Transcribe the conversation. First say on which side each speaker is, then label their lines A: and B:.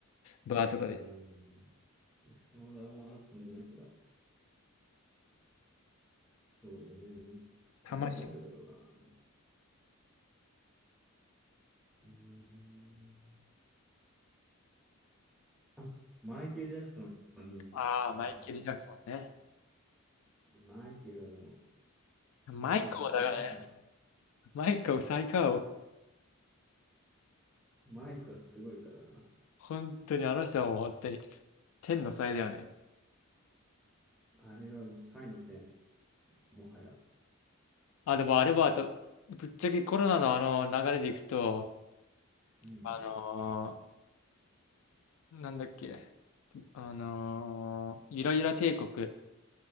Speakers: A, on the left; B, in the centre.
A: バーとかで。
B: う。うん。いそうだわ、そんな奴ら。そうね。
A: 魂
B: あと誰だろうな。うーん。あ、マイケル・ジャクソンを見て、
A: ああ、
B: 見たかったな。
A: マイケル・ジャクソンね。
B: マイケルはも
A: マイコーだからね。
B: う、ねえ、もうあれは、あ
A: マイコー最高を。
B: マイクはすごいからな。
A: 本当にあの人はもう本当に天の才だよね。
B: あれはもう才の点、もはや。
A: あ、でもあれはあと、ぶっちゃけコロナのあの流れでいくと、
B: うん。
A: あのーなんだっけ、あのーゆらゆら帝国